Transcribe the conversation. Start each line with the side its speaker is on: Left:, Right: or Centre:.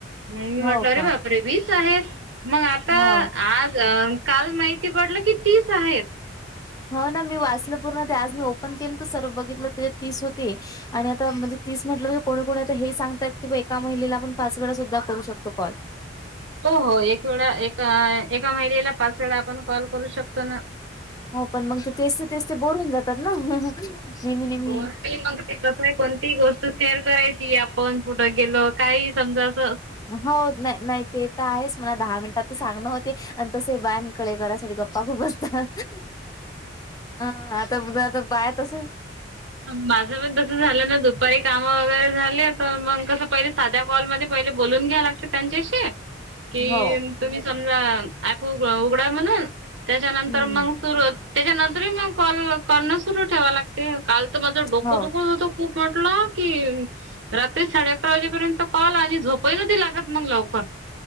Right: मग मी म्हटल
Left: हो
Right: अरे
Left: का
Right: बाप रे! वीस आहे. मग आता
Left: हो
Right: आज काल माहिती पडल की तीस आहेत.
Left: हो ना मी वाचलं पूर्ण. ते आज मी ओपन केले तर सर्व बघितलं तर तीस होते आणि आता म्हणजे तीस म्हटलं म्हणजे कोणी कोणी आता हे सांग तात की एका महिलेला आपण पाच वेळा सुद्धा करू शकतो कॉल.
Right: हो हो एक वेळा एका एका महिलेला पाच वेळा आपण कॉल करू शकतो ना.
Left: हो पण मग ते तेचते तेचते बोर होऊन जातात ना. नेहमी नेहमी.
Right: बोर नाही मग ते कसंय कोणती गोष्ट शेअर करायची. आपण कुठ गेलो? काहीही समजा अस
Left: हो नाय नाही ते तर आहेच म्हणा दहा मिनिटात त सांगण होते तसे बायांकडे घरासाठी गप्पा खूप असतात. हा आता बघा आता बाया तस
Right: माझं पण तस झालं ना दुपारी काम वगैरे झाले तर मग कस पहिले साध्या कॉलमध्ये पहिले बोलून घ्याव लागत त्यांच्याशी कि
Left: हो
Right: तुम्ही समजा ॲप उघडा म्हणून. त्याच्यानंतर
Left: हम्म
Right: मग सुरू त्याच्यानंतर बी मग कॉल करण सुरु ठेवा लागते काल त माझं डोकं
Left: हो.
Right: दुखत होत. खूप म्हटलं की रात्री साडे अकरा वाजेपर्यंत कॉल आणि झोपही नव्हती लागत मग लवकर.